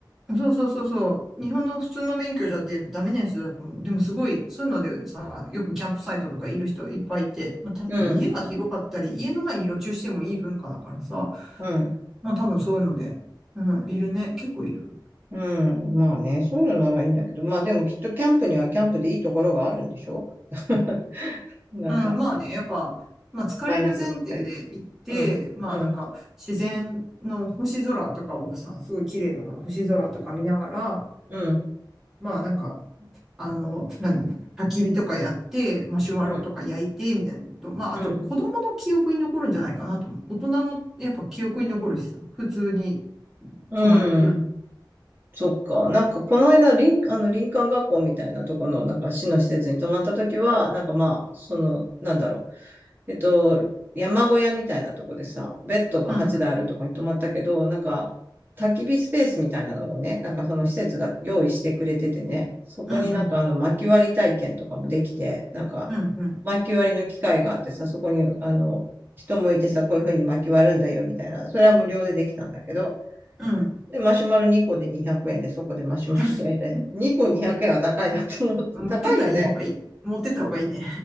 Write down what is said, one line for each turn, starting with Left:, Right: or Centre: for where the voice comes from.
Centre: そうそうそうそう。日本の普通の免許じゃでダメなやつだと思う。でもすごい、そういうのでさ、よくキャンプサイトとかいる人いっぱいいて、まあ多分家が広かったり、
Right: うん、
Centre: 家の前に路駐してもいい文化だからさ、
Right: うん、
Centre: まあ多分そういうので、うん、いるね。結構いる。
Right: うん。まあね、そういうのならいいんだけど、まあでもきっとキャンプにはキャンプでいいところがあるんでしょ <laughs> なんか、
Centre: うん、まあね、やっぱ、まあ疲れる前提で行って、
Right: マイナスばっかり。うん、
Centre: まあなんか自然の星空とかをさ、
Right: うん、
Centre: すごい綺麗だから星空とか見ながら、
Right: うん、
Centre: まあなんか、あの、何焚き火とかやって、マシュマロとか焼いて、
Right: うん、
Centre: みたいなのと、まああと子供の記憶に残るんじゃないかなと思う。
Right: うん、
Centre: 大人もやっぱ記憶に残るしさ、普通に
Right: うん。
Centre: 泊まるより。
Right: そっか。なんか、この間、林、あの、林間学校みたいなとこの、なんか、市の施設に泊まったときは、なんかまあ、その、なんだろう。えっと、山小屋みたいなとこでさ、ベッドが8台あるとこに泊まったけど、
Centre: うん、
Right: なんか、焚き火スペースみたいなのをね、なんかその施設が用意してくれててね、そこになんかあの薪割り体験とかもできて、
Centre: うん、うん、
Right: なんか
Centre: うん、うん、
Right: 薪割りの機械があってさ、そこにあの、人もいてさ、こういう風に薪割るんだよみたいな、それは無料でできたんだけど、
Centre: うん。
Right: で、マシュマロ2個で200円でそこでマシュマロ焼いたり、
Centre: <laughs>
Right: 2個200円は高いなって思って、
Centre: 持ってったらいい方がいい。
Right: 高いよね。
Centre: 持ってった方がいいね。